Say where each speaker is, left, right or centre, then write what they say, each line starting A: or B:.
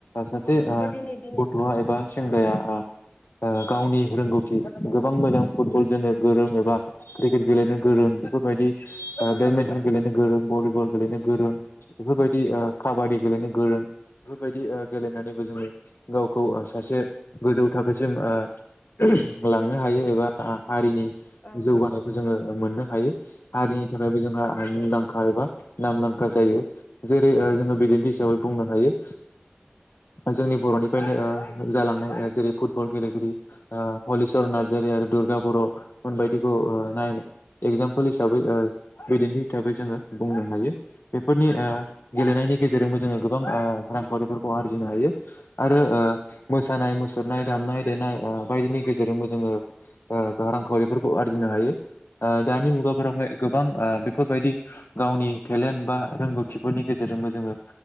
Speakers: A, on the left; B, on the left.
A: सासे ओ
B: गोदोनि दिनै
A: गथ'वा एबा सेंग्राया आ ओ गावनि रोंगौथि गोबां मोजां फुटबल जोनो गोरों एबा क्रिकेट गेलेनो गोरों बेफोरबायदि आ मेथाइ गेलेनो गोरों बलिबल गेलेनो गोरों बेफोरबायदि ओ खाबादि गेलेनो गोरों बेफोरबायदि ओ गेलेनाबो जोङो गावखौ ओं सासे गोजौ थाखोसिम ओ लाङो हायो एबा हा हारिनि
B: औ
A: जौगानायखौ जोङो मोननो हायो हारिनि थाखायबो जोंहा मुंदांखा एबा नामदांखा जायो जेरै जोङो बिदिन्थि हिसाबै बुंनो हायो जेरै ओ बिदिन्थि हिसाबै बुंनो हायो जोंनि बरनिफ्राइनो ओ जालां नाय जेरै फुटबल गेलेगिरि ओ हलिसरन नार्जारि आरो दुरगा बर मोनबायदिखौ ओ नायनो इखजाम पुलहिसाबै ओ बिदिन्थि हिसाबै दोननो हायो बेफोरनि ओ
B: औ
A: गेलेनायनि गेजेरबो जोंङो गोबां ओ रांखावरिफोरखौ आरजिनो हायो आरो ओ मो सानाय मुसुरनाय दामनाय देनाय ओ बायदिनि गेजेरजोंबोजोङो ओ रांखावरिफोरखौ आरजिनो हायो ओ दानि मुगाफोरावहाय गोबां ओ बेफोरबायदि गावनि टेलेन्ट बा रोंगौथिफोरनि गेजेरजोंबो जोङो